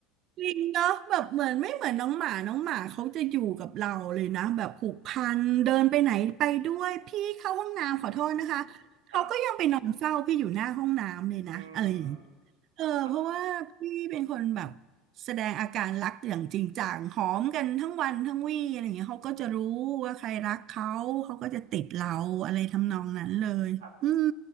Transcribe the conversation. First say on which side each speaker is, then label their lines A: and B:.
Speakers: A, on the right (about 55°); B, on the right (about 85°).
A: ิงเนาะแบบเหมือนไม่เหมือนน้องหมาน้องหมาเขาจะอยู่กับเราเลยนะแบบผูกพันเดินไปไหนไปด้วยพี่เข้าห้องน้ำขอโทษนะคะเขาก็ยังไปนอนเฝ้าพี่อยู่หน้าห้องน้ำเลยนะอะไรอย่างงี้
B: <laughs> อืมครับอืม
A: เออเพราะว่าพี่เป็นคนแบบ
B: รัก
A: แสดงอาการรักอย่างจริงจังหอมกันทั้งวันทั้งวี่อะไรอย่างเงี้ยเขาก็จะรู้ว่าใครรักเขาเขาก็จะติดเราอะไรทำนองนั้นเลยอืม
B: ครับ